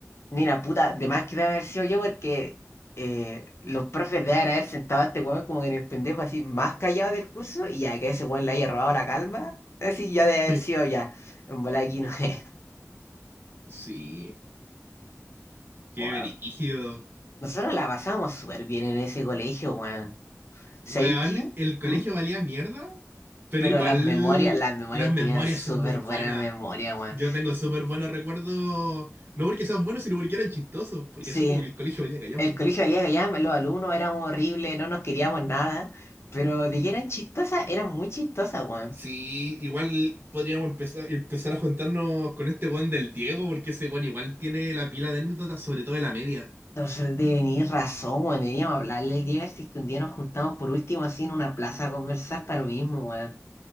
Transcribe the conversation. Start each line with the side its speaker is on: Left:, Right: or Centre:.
Left: mira, puta, de más que debe haber sido yo porque eh, los profes deben haber sentado a este weón como que en el pendejo así más callado del curso y ya que ese weón le haya robado la calma, así ya
Right: <laughs>
Left: debe haber sido ya, en bola aquí no es,
Right: Sí,
Left: <laughs>
Right: qué
Left: weón.
Right: brígido.
Left: Nosotros la pasábamos súper bien en ese colegio, weón. ¿Sabéis
Right: Weón,
Left: qué?
Right: el colegio
Left: ¿Mm?
Right: valía mierda, pero
Left: Pero
Right: igual
Left: las memorias, las memorias
Right: las memorias
Left: tenían súper
Right: son muy buenas.
Left: buenas memorias, weón.
Right: Yo tengo súper buenos recuerdos, no porque sean buenos, sino porque eran chistosos, porque
Left: Sí,
Right: así como que el colegio valía callampa.
Left: el colegio valía que ya los alumnos éramos horribles, no nos queríamos nada, pero de que eran chistosas, eran muy chistosas, weón.
Right: Sí, igual podríamos empezar, empezar a juntarnos con este weón del Diego, porque ese weón igual tiene la pila de anécdotas, sobre todo de la media.
Left: Entonces, de venir razón, weón, deberíamos hablarle el día, a ver si es que un día nos juntamos por último así en una plaza a conversar para lo mismo, weón.